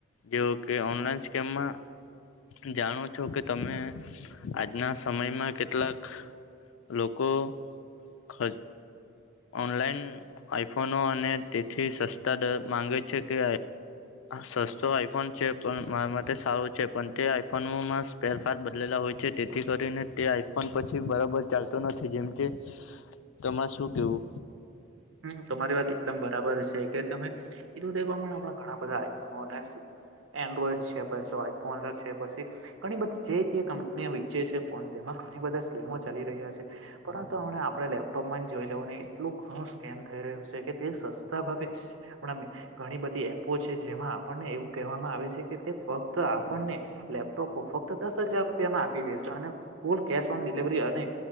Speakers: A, on the left; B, on the right.
A: જેવો કે ઓનલાઈન સ્કેમમાં જાણો છો કે તમે આજના સમયમાં કેટલાક લોકો ખ ઓનલાઈન આઈફોનો અને તેથી સસ્તા દર માંગે છે કે સસ્તો આઈફોન છે પણ મારા માટે સારો છે પણ તે આઈફોનોમા સ્પેર પાર્ટ બદલેલા હોય છે તેથી કરીને તે આઈફોન પછી બરાબર ચાલતો નથી જેમ કે તમા શું કેવું
B: હમ, તમારી વાત એકદમ બરાબર છે કે તમે કીધું તે પ્રમાણે આપણા ઘણા બધા આઈફોનો અને <unintelligible> એન્ડ્રોઈડ છે પછી આઈફોન છે પછી ઘણી બધી જે જે કંપની વેચે છે ફોન તેમાં ઘણી બધા સ્કીમો ચાલી રહ્યા છે, પરંતુ હમણે આપણે લેપટોપમાં જ જોઈ લેવોની એટલું ઘણું કેમ થઈ રહ્યું છે, કે તે સસ્તા ભાવે હમણાં ઘણી બધી એપો છે, જેમાં આપણને એવું કહેવામાં આવે છે, કે તે ફક્ત આપણને લેપટોપ ફ ત દસ હજાર રૂપિયામાં આપી દેેશે અને <unintelligible> કેશ ઓન ડિલિવરી અને